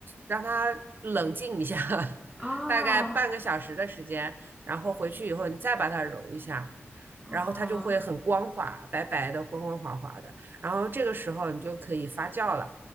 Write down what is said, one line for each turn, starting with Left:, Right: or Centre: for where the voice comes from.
Right: 让它冷静一下，<laughs>
Centre: 啊啊
Right: 大概半个小时的时间，然后回去以后你再把它揉一下。
Centre: 啊。
Right: 然后它就会很光滑，白白的，光光滑滑的。然后这个时候你就可以发酵了，